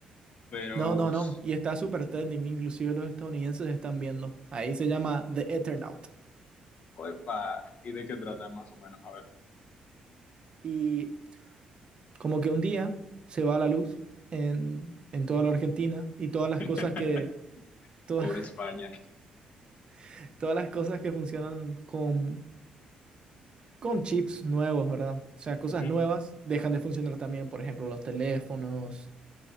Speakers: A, on the left (about 60°); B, on the right (about 35°).
A: Pero,
B: No, no,
A: s-
B: no. Y está súper trending, inclusive los estadounidenses están viendo. Ahí se llama The Eternaut.
A: opa, ¿y de qué trata más o menos? A ver,
B: Y Como que un día se va la luz en, en toda la Argentina y todas las
A: <laughs>
B: cosas que, todas,
A: pobre España.
B: <laughs> todas las cosas que funcionan con, con chips nuevos, ¿verdad? O sea, cosas
A: Ujú,
B: nuevas dejan de funcionar también, por ejemplo, los teléfonos,